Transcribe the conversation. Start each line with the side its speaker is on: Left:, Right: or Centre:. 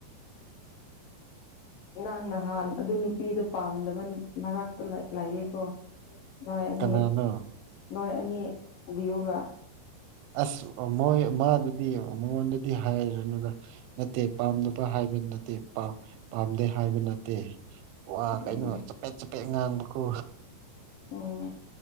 Right: <inaudible>
Left: ꯅꯍꯪ ꯅꯍꯥꯟ ꯑꯗꯨ ꯅꯨꯄꯤꯗꯣ ꯄꯥꯝꯗꯕ ꯅꯨ ꯃꯔꯛꯇ ꯂꯩꯑꯦꯀꯣ ꯅꯣꯏ ꯑꯅꯤ
Right: ꯀꯅꯥꯅꯣ
Left: ꯅꯣꯏ ꯑꯅꯤ ꯕꯤꯌꯨꯒ
Right: ꯑꯁ ꯃꯣꯏ ꯑꯃꯥꯗꯨꯗꯤ ꯃꯉꯣꯟꯗꯗꯤ ꯍꯥꯏꯔꯅꯨꯗ ꯅꯠꯇꯦ ꯄꯥꯝꯗꯕ ꯍꯥꯏꯕ ꯅꯠꯇꯦ ꯄꯥ ꯄꯥꯝꯗꯦ ꯍꯥꯏꯕ ꯅꯠꯇꯦ ꯋꯥ
Left: ꯎꯝ
Right: ꯀꯩꯅꯣ ꯆꯄꯦꯠ ꯆꯄꯦꯠ ꯉꯥꯡꯕꯀꯣ
Left: ꯎꯝ